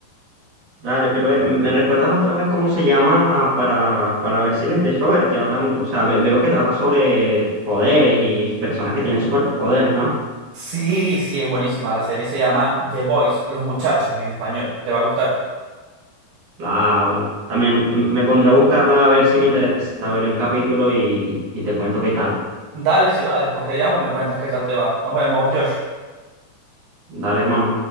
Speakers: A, on the right; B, on the right.
A: Dale, pero eh, ¿me me recuerdas otra vez cómo se llama para, para ver si la empiezo a ver? Que ahora, o sea, ve- veo que trata sobre poderes y personas que tienen superpoderes, ¿no?
B: Sí, sí, es buenísima. La serie se llama The Boys, Los Muchachos en español. Te va a gustar.
A: Ah, bueno, también m- me pondré a buscarla a ver si me interesa. Veré un capítulo y, y te cuento qué tal.
B: Dale, si va, después te llamo y me cuentas qué tal te va. Nos vemos, Josh.
A: Dale, hermano.